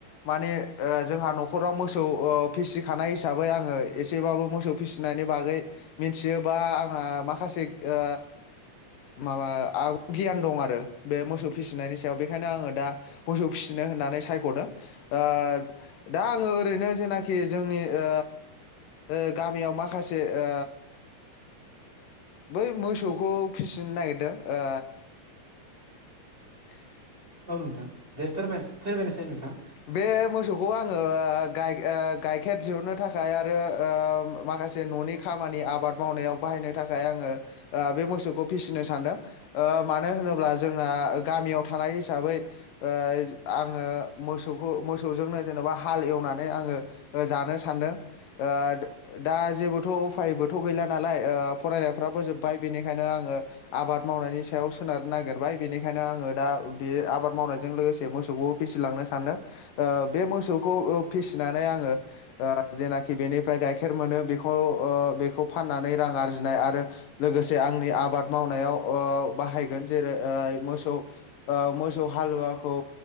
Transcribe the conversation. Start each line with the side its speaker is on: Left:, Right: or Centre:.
Left: माने ओ जोंहा नखराव मोसौ। फिसिखानाय हिसाबै आङो एसेबाबो मोसौ फिसिनायनि बागै मिन्थियोबा आंहा माखासे ओ माबा आग गियान दं आरो बे मोसौ फिसिनायनि सायाव बेखायनो आङो दा मोसौ फिसिनो होननानै सायखदों ओ दा आङो ओरैनोज। जेनायखि जोंनि ओ ओ गामियाव माखासे ओ बै मोसौखौ फिसिनो नागिरदों ओ <inaudible>
Right: औ नोंथां। दे फोरमायस फोरमायनायसाय नोंथां।
Left: बे मोसौखौ आं। आङो गायग ओ गाइखेर दिहुननो थाखाय आरो ओम माखासे ननि खामानि आबाद मावनायाव बाहायनो थाखाय आङो बे मोसौखौ फिसिनो सान्दों ओ मानो होनोब्ला जोंना गामियाव थानाय हिसाबै ओ आङो। मोसौखौ मोसौजोंनो जेनबा हाल एवनानै आङो जानो सानदों ओ दा जेबोथउफायबोथ गैला नालाय ओ फरायनायफ्राबो जोब्बाय बेनिखायनो आङो आबाद मावनायनि सायाव सोनार नागेरबाय बेनिखायनो आङो दा बे आबाद मावनायजों लोगोसे मोसौखौ फिसिलांनो सान। सान्दों ओ बे मोसौखौ ओ फिसिनानै आंङो ओ जेनाखि बेनिफ्राय गाइखेर मोनो बेखौ ओ बेखौ फाननानै रां आरजिनाय आरो लोगोसे आंनि आबाद मावनायाव ओ बाहायगोन जेरै ओ मोसौ ओ मोसौ हालुवाखौ